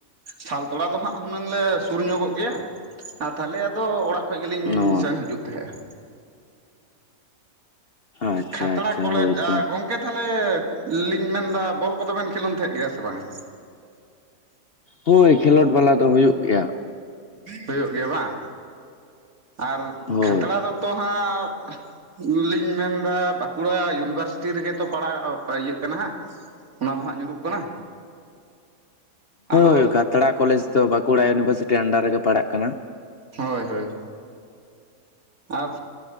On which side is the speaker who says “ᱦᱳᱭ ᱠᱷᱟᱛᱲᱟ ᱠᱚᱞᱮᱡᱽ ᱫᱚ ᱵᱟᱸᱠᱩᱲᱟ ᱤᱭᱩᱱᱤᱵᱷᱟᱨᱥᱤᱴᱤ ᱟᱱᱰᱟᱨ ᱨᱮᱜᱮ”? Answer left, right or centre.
Left